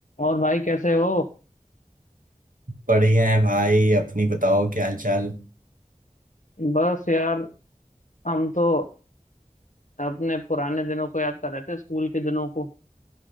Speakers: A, on the left (about 65°); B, on the right (about 80°).
A: और भाई कैसे हो
B: बढ़िया है भाई अपनी बताओ क्या हाल चाल
A: बस यार हम तो अपने पुराने दिनों को याद कर रहे थे स्कूल के दिनों को